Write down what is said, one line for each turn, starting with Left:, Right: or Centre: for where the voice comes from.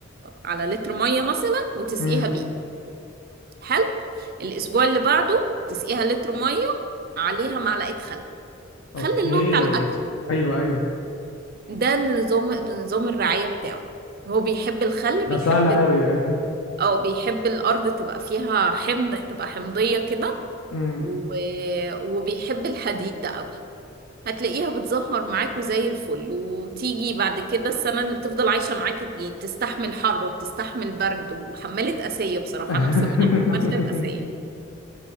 Right: على لتر مية مثلا وتسقيها
Left: امم
Right: بيه حلو الاسبوع اللي بعده تسقيها لتر مية عليها معلقة خل
Left: اوكي
Right: خل اللي هو بتاع الاكل
Left: ايوه ايوه
Right: ده النظام نظام الرعاية بتاعه هو بيحب الخل
Left: ده
Right: بيحب
Left: سهل قوي
Right: ال... او بيحب الارض تبقى فيها حمض تبقى حمضية كده
Left: <laughs>
Right: و... وبيحب الحديد ده قوي هتلاقيها بتزهر معاك وزي الفل وتيجي بعد كده السنة اللي تفضل عايشة معاك يعني بتستحمل حر وبتستحمل برد وحمالة قاسية بصراحة
Left: <laughs>
Right: أنا مسميها حمالة القاسية